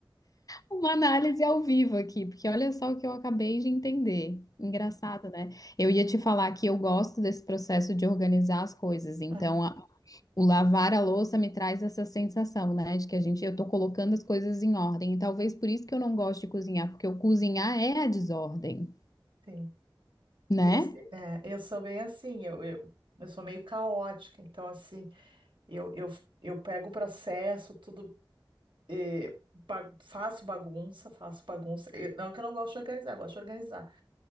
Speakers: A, on the left; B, on the right.
A: uma análise ao vivo aqui, porque olha só o que eu acabei de entender. Engraçado, né? Eu ia te falar que eu gosto desse processo de organizar as coisas. Então,
B: Ah,
A: a- o lavar a louça me traz essa sensação, né, de que a gente, eu tô colocando as coisas em ordem. E talvez por isso que eu não gosto de cozinhar, porque o cozinhar é a desordem,
B: sim.
A: né?
B: E eu, se- é, eu sou bem assim, eu, eu, eu sou meio caótica, então assim, eu, eu, eu pego o processo, tudo eh, ba- faço bagunça, faço bagunça. Eu- não que eu não gosto de organizar, eu gosto de organizar.